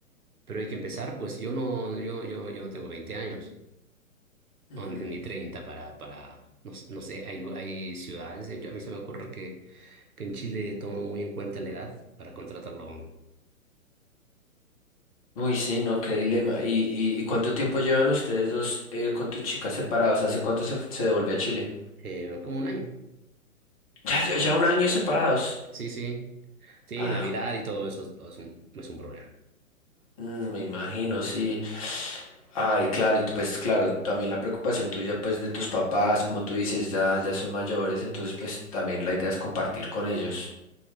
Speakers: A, on the right (about 80°); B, on the left (about 25°).
A: pero hay que empezar, pues yo no, yo, yo, yo no tengo 20 años,
B: Ujú.
A: o ni ni 30 para, para, no, s- no sé, hay, lu- hay ciudades, eh, yo- a mí se me ocurre que que en Chile toman muy en cuenta la edad para contratarlo a uno.
B: Uy, sí, no, qué dilema. ¿Y, y, y cuánto tiempo llevan ustedes dos eh, con tu chica separados? ¿Hace cuánto se, se devolvió a Chile?
A: Eh, como un año.
B: Ya, ya, ya un año separados.
A: Sí, sí. Sí,
B: Ah,
A: Navidad y todo eso es, es un, es un problema.
B: Mm, me imagino, sí. Ay, claro, y tú, pues claro, también la preocupación tuya, pues de tus papás, como tú dices, ya, ya son mayores, entonces pues también la idea es compartir con ellos.